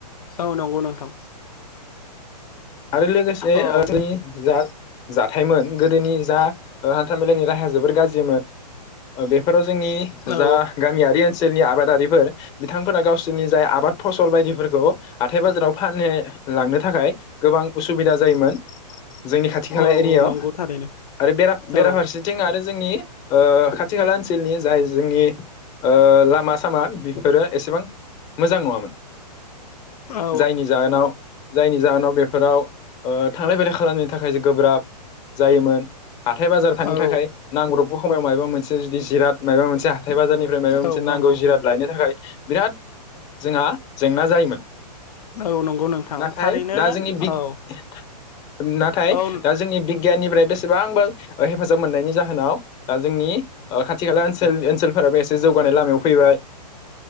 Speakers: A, on the left; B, on the left.
A: औ नंगौ नोंथां।
B: आरो लोगोसे
A: औ
B: ओ <unintelligible> जा जाथायमोन गोदोनि जा ओ हान्था मेलानि राहाया जोबोर गाज्रिमोन ओ बेफोर थ' जोंनि
A: औ
B: जा गामियारि ओन सोलनि आबादारिफोर बिथांफोरा गावसोरनि जाय आबाद फसल बायदिफोरखौ हाथाइ बाजाराव फाननो लांनो थाखाय गोबां उसुबिदा जायोमोन जोंनि खाथि खाला
A: औ
B: एरियायाव
A: नंगौ थारैनो
B: आरो बेरा-बेराफारसेथिं
A: औ
B: आरो जोंनि ओ खाथि खाला ओनसोलनि जाय जोंनि ओ लामा सामा बेफोरो एसेबां मोजां नङामोन।
A: औ
B: जायनि जाहोनाव जायनि जाहोनाव बे फोराव ओ थांलाय फैलाय खालामनो थाखाय गोब्राब जायोमोन। हाथाय बाजार थांनो
A: औ
B: थाखाय नांब्रबगौ समायाव माबा मोनसे जुदि जिराद मायाबा मोनसे हाथथाय बाजारनिफ्राय माबा मोनसे
A: औ
B: नांगौ
A: नंगौ
B: जिराद लायनो थाखाय बिराद जोंहा जेंना जायोमोन।
A: औ नंगौ नोंथां
B: नाथाय
A: थारैनो
B: दा जोंनि बिगियान
A: औ
B: नाथाय
A: औ
B: दा जोंनि बिगियाननिफ्राय बेसे बांबा ओ हेफाजाब मोननायनि जाहोनाव दा जोंनि ओ खाथि खाला ओ ओनसोलफोराबो एसे जौगा नाय लामायाव फैबाय।